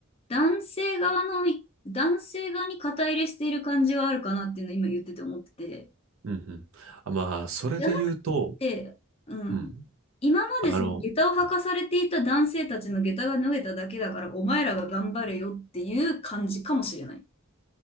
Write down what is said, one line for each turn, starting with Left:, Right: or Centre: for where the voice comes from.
Left: 男性側のい、男性側に肩入れしている感じはあるかなっていうのを今言ってて思ってて。
Right: うん。うんあまあ、それで言うと、
Left: じゃなくて、うん。
Right: うん。
Left: 今までその下駄を履かされていた男性たちの下駄が脱げただけだから、
Right: あの、
Left: お前らが頑張れよっていう感じかもしれない。